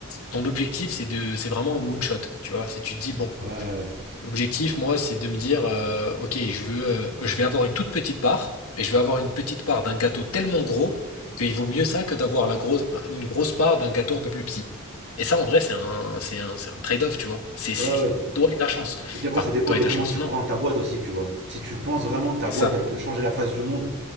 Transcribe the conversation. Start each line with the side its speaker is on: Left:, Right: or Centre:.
Left: ton objectif, c'est de, c'est vraiment un moonshot. Tu vois, si tu te dis, bon,
Right: Ouais,
Left: L'objectif, moi, c'est de me dire, euh, ok, je veux, euh, je vais avoir une toute petite part, et je vais avoir une petite part d'un gâteau tellement gros qu'il vaut mieux ça que d'avoir la grosse, une grosse part d'un gâteau un peu plus petit. Et ça, en vrai, c'est un, c'est un, c'est un trade-off, tu vois. C'est,
Right: ouais,
Left: c'est
Right: ouais. ouais.
Left: toi et ta chance.
Right: Et puis après,
Left: Enfin,
Right: ça dépend
Left: toi
Right: de
Left: et ta
Right: comment
Left: chance,
Right: tu
Left: non.
Right: crois en ta boîte aussi, tu vois. Si tu penses vraiment que ta
Left: C'est
Right: boîte,
Left: ça.
Right: elle peut changer la face du monde